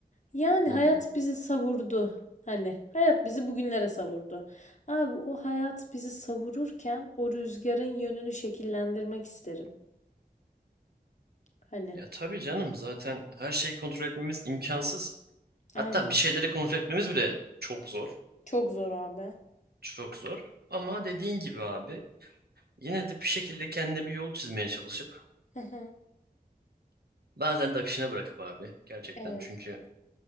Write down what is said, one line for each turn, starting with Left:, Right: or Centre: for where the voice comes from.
Left: Yani
Right: Hı
Left: hayat
Right: hı.
Left: bizi savurdu. Hani hayat bizi bugünlere savurdu. Abi o hayat bizi savururken o rüzgarın yönünü şekillendirmek isterim. Hani
Right: Ya tabii canım zaten her şeyi kontrol etmemiz imkansız. Hatta
Left: aynen.
Right: bir şeyleri kontrol etmemiz bile çok zor.
Left: Çok zor abi.
Right: Çok zor. Ama dediğin gibi abi yine de bir şekilde kendine bir yol çizmeye çalışıp
Left: <laughs>
Right: bazen de akışına bırakıp abi gerçekten
Left: Evet.
Right: çünkü